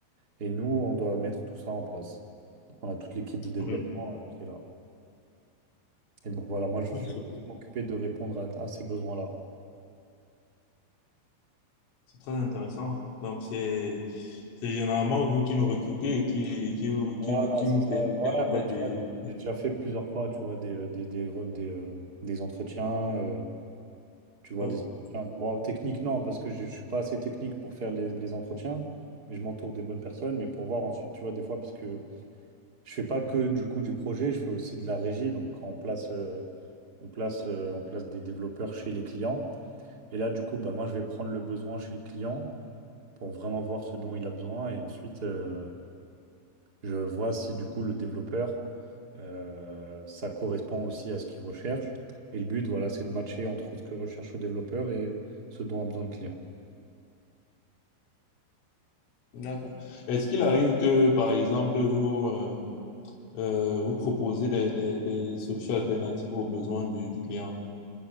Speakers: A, on the right; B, on the left.
A: Et nous, on doit mettre tout ça en place. Donc, on a toute l'équipe de développement
B: Oui,
A: euh, qui est là. Et donc voilà, moi, je je
B: c'est
A: vais plus m'occuper de répondre à, à ces besoins-là.
B: c'est très intéressant. Donc, c'est c'est généralement vous qui nous recrutez et qui, qui,
A: Voilà,
B: qui, qui
A: c'est
B: nous
A: ça.
B: permettez,
A: Voilà,
B: en
A: moi,
B: fait,
A: tu
B: de...
A: vois, j'ai déjà fait plusieurs fois, tu vois, des, euh, des, des, re- des, euh, des entretiens, euh, tu vois,
B: Oui,
A: des entretiens. Bon, technique, non, parce que je ne suis pas assez technique pour faire les, les entretiens, mais je m'entoure des bonnes personnes. Mais pour voir ensuite, tu vois, des fois, parce que Je fais pas que du coup du projet, je fais aussi de la régie. Donc on place, euh, on place, euh, on place des développeurs chez les clients. Et là, du coup, bah, moi, je vais prendre le besoin chez le client pour vraiment voir ce dont il a besoin. Et ensuite, euh, je vois si du coup le développeur, euh, ça correspond aussi à ce qu'il recherche. Et le but, voilà, c'est de matcher entre ce que recherche le développeur et ce dont a besoin le client.
B: d'accord. Est-ce qu'il arrive que, par exemple, vous, euh, euh, vous proposez des, des, des solutions alternatives aux besoins du, du client?